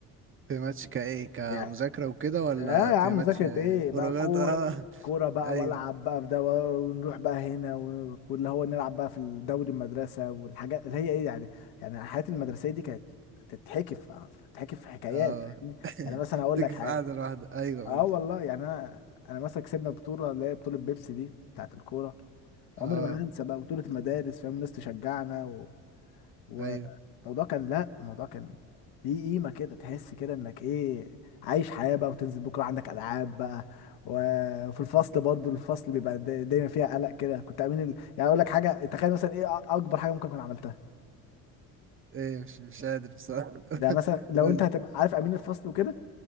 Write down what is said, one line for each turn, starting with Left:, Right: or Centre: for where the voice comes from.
Right: بتهمتش كايه كمذاكرة
Left: يعني
Right: وكده ولا
Left: اه
Right: بتهمتش
Left: يا عم مذاكرة ايه بقى
Right: خروجات
Left: كورة
Right: اه
Left: كورة بقى
Right: ايوه
Left: والعب بقى في ده ونروح بقى هنا و- واللي هو نلعب بقى في الدوري المدرسة والحاجات اللي هي ايه يعني يعني الحياة المدرسية دي كانت تتحكي في تتحكي في حكايات
Right: اه
Left: فاهمني؟
Right: <laughs>
Left: يعني مثلا اقول
Right: تكفي
Left: لك حاجة
Right: قاعدة لوحدك ايوه
Left: اه
Right: قول
Left: والله يعني انا انا مثلا كسبنا بطولة اللي هي بطولة بيبسي دي بتاعت الكورة
Right: اه
Left: عمري ما هنسى بقى بطولة المدارس فاهم الناس تشجعنا والموضوع
Right: ايوه
Left: كان لا الموضوع كان ليه قيمة كده تحس كده انك ايه عايش حياة بقى وتنزل بكرة عندك ألعاب بقى وفي الفصل برضو الفصل بيبقى دا- دايما فيها قلق كده كنت أمين ال... يعني أقول لك حاجة تخيل مثلا ايه أ- أكبر حاجة ممكن أكون عملتها
Right: ايه مش مش قادر بصراحة <laughs>
Left: ده مثلا لو
Right: قول
Left: أنت هتبقى عارف أمين الفصل وكده